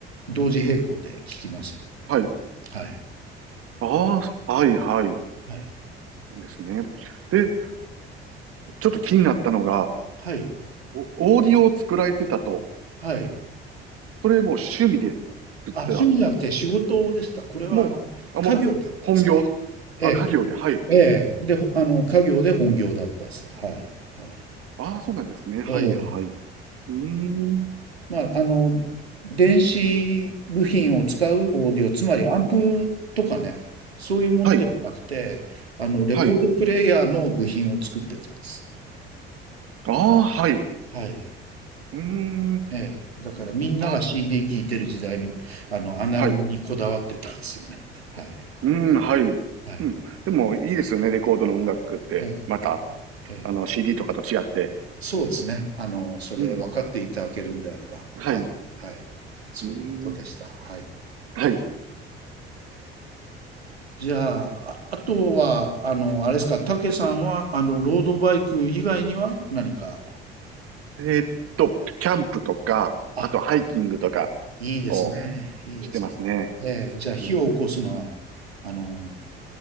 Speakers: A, on the right (about 85°); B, on the right (about 45°).
A: 同時並行で聴きます。
B: はい。
A: はい。
B: ああ、はい、はい。
A: はい。
B: なんですね。で、ちょっと気になったのが、
A: はい。
B: おオーディオを作られてたと、
A: はい。
B: それも趣味で作ってた
A: あ、趣味じゃなくて仕事でした。これはあの、
B: もう、あ、
A: 家業だったんです。
B: もう、本業。
A: え
B: あ、家業で、はい。
A: え、ええ、で、ほあの、家業で本業だったです。はい。はい。
B: ああ、そうなんですね。はい、
A: ええ、
B: はい。うーん。
A: まあ、あの、電子部品を使うオーディオ、つまりアンプとかね、そういうものでもなくて、
B: はい、
A: あの、レコードプレイヤーの部品を作ってたんです。
B: はい。ああ、はい。
A: はい。
B: うーん。
A: ええ、だからみんなが
B: あ、
A: CD 聴いてる時代に、あの、アナログにこだわってたんですよね。
B: はい。う
A: はい。
B: ーん、はい。
A: はい。
B: うん。でも、いいですよね。レコードの音楽って。
A: え
B: また、
A: え、
B: あの、
A: ええ
B: CD とかと違って。
A: そうですね。あの、それ分かっていただけるんであれば。
B: うん。はい。
A: はい。
B: う
A: はい。そういうことでした。
B: ーん。
A: はい。
B: はい。
A: じゃあ、あ、あとは、あの、あれですか、たけさんは、あの、ロードバイク以外には何か。
B: えーっと、キャンプとか、
A: あ、
B: あと、ハイキングとか
A: いいですね。
B: を
A: いいですね。
B: してますね。
A: ええ、じゃあ、
B: うん。
A: 火を起こすのは、あの、